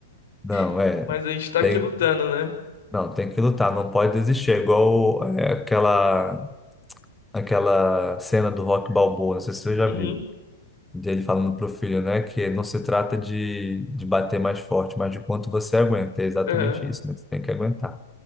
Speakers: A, in the centre; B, on the left.
A: Não,
B: <laughs>
A: é.
B: Mas a gente tá aqui
A: Tem,
B: lutando, né?
A: não, tem que lutar, não pode desistir. É igual é, aquela, aquela cena do Rock Balboa, não sei se você já
B: Uhum.
A: viu, dele falando pro filho, né? Que não se trata de, de bater mais forte, mas de quanto você aguenta. É exatamente
B: Aham.
A: isso, né? Você tem que aguentar.